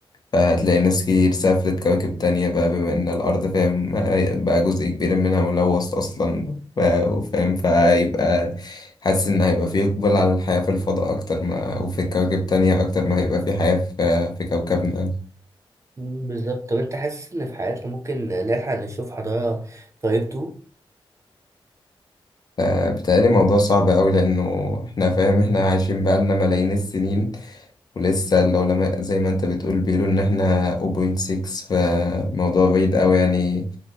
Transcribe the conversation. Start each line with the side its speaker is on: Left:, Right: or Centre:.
Left: فهتلاقي ناس كتير سافرت كواكب تانية بقى بما إن الأرض فاهم آه، بقى جزء كبير منها ملوث أصلا ف- فاهم فهيبقى حاسس ان هيبقى في اقبال على الحياة في الفضاء اكتر ما وفي كواكب تانية اكتر ما هيبقى في حياة في في كوكبنا
Right: مم، بالظبط طب أنت حاسس إن في حياتنا ممكن نلحق نشوف حضارة طيبته
Left: ف- بتهيألي الموضوع صعب أوي لأنه إحنا فاهم إحنا عايشين بقالنا ملايين السنين ولسه العلماء زي ما أنت بتقول بيقولوا إن إحنا 0.6 فموضوع بعيد أوي يعني